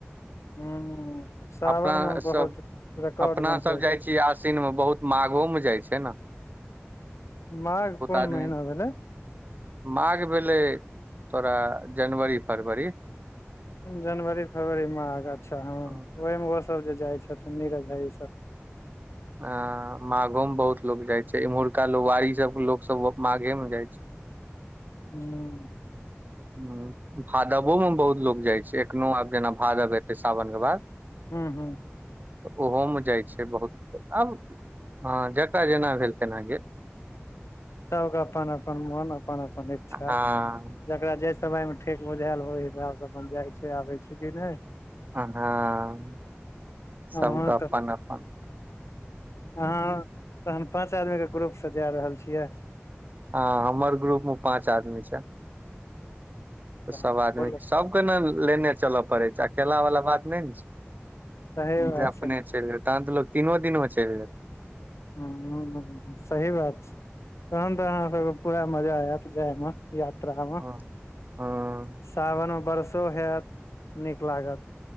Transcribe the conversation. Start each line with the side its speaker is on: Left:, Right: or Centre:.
Left: हूँ सावन
Right: अपना
Left: मे बहुत
Right: सब
Left: रिकॉर्ड
Right: अपना
Left: बनबै
Right: सब जाइ
Left: छै
Right: छियै आस्विन मऽ बहुत माघो मऽ जाइ छै नऽ
Left: माघ कोन
Right: आदमी
Left: महीना भेलै
Right: माघ भेलै तोरा जनवरी, फरवरी
Left: जनवरी फरवरी मघ अच्छा हँ
Right: अ
Left: ओहिमे ओसभ जे जाइ छथिन नीरज भाइ सब
Right: अ माघो मऽ बहुत लोग जाय छै एमहुरका लोग वारी सब कऽ लोको सब माघे मऽ जाय छै
Left: हुँ
Right: हुँ भादवो मऽ बहुत लोग जाइ छै एखनो आब जेना भादव एत्ते सावन केँ बाद
Left: हुँ - हुँ
Right: तऽ ओहोमे जाइ छै बहुत आब हँ जकरा जेना भेल तेना गेल
Left: सब कऽ अपन - अपन मन अपन - अपन इच्छा
Right: हँ
Left: जकरा जे समय मे ठेक बुझायल ओई हिसाब स अपन जाइ छै आबे छै कि नै
Right: हँ हँ सबके
Left: अहाँ
Right: अपन
Left: तऽ
Right: अपन
Left: अहाँ तहन पांच आदमी के ग्रुप स जा रहल छियाय
Right: हँ हमर ग्रुप मे पाँच आदमी छै
Left: तहन
Right: सब
Left: तऽ
Right: आदमी
Left: बोल
Right: सबके ने लेने चलै पड़ै छै अकेला वाला बात नै ने छै
Left: सही बात
Right: जे अपने
Left: छै
Right: चलि तहन त लोक तीनो दिनमे चलि गेल
Left: हँ सही बात छै तहन त अहाँ सबके पूरा मजा आयत जायमे यात्रा मे
Right: हँ हँ
Left: सावनमे वर्षो हाएत नीक लागत।